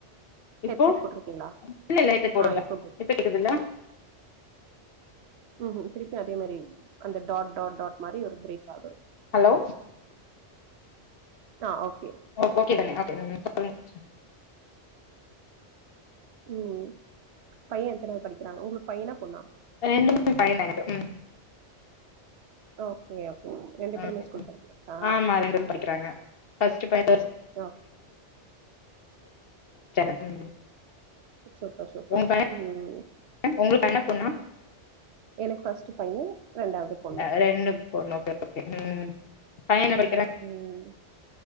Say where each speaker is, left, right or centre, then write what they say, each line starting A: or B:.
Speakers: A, on the left (about 55°); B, on the right (about 65°).
A: இப்போ
B: ஹெட்செட் போட்ருக்கீங்களா
A: இல்ல இல்ல ஹெட்செட் போடல
B: ஆ இப்ப கேக்குது
A: கேக்குதுல்ல
B: ம்ஹும் திருப்பி அதே மாரி அந்த டாட் டாட் டாட் மாரி ஒரு பிரேக் ஆகுது
A: ஹலோ
B: ஆ ஓகே
A: உங்களுக் ஓகே தான ஓகே ம் சொல்லுங்க சிஸ்டர்
B: ம் பைய எத்தனாவுது படிக்கிறாங் உங்களுக்கு பையனா பொண்ணா
A: ரெண்டுமே பைய தா எனக்கு ம்
B: ஓகே ஓகே ரெண்டு
A: ஆ
B: பேருமே
A: சேரி
B: ஸ்கூல் படிக்கிறாங்களா
A: ஆமா ரெண்டு பேரு படிக்கிறாங்க ஃபஸ்ட்டு பைய
B: ஓகே
A: <inaudible>
B: சூப்பர் சூப்பர்
A: உங்க பைய
B: ம் ம்
A: உங்களுக்கு பையனா பொண்ணா
B: எனக்கு ஃபஸ்ட்டு பைய ரெண்டாவது பொண்ணு
A: அ ரெண்டு பொண்ணு ஓகே ஓகே ம் பைய என்ன படிக்கிறாங்
B: ம்